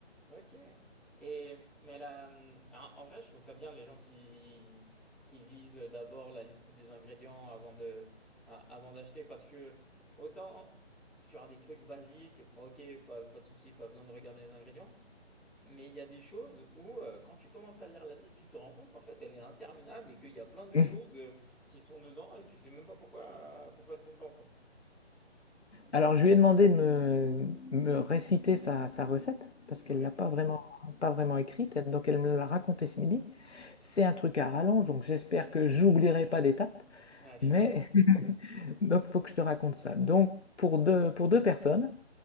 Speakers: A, in the centre; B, on the left.
A: Ok. Et, mais là, hum, en en vrai, je trouve ça bien les gens qui, qui lisent d'abord la liste des ingrédients avant de, a- avant d'acheter parce que autant sur des trucs basiques, bon, ok, pas, pas de souci, pas besoin de regarder les ingrédients, mais il y a des choses où euh, quand tu commences à lire la liste, tu te rends compte qu'en fait elle est interminable et qu'il y a plein de
B: Mhm.
A: choses euh, qui sont dedans et tu sais même pas pourquoi, pourquoi elles sont dedans, quoi.
B: Alors je lui ai demandé de me, me réciter sa, sa recette parce
A: Ouais.
B: qu'elle l'a pas vraiment, pas vraiment écrite. Elle- Donc elle me l'a racontée ce midi. C'est un truc à rallonge, donc j'espère que j'oublierai pas d'étape.
A: Allez,
B: Mais
A: dis-moi.
B: Donc, il faut que je te raconte ça. Donc, pour deux, pour deux personnes,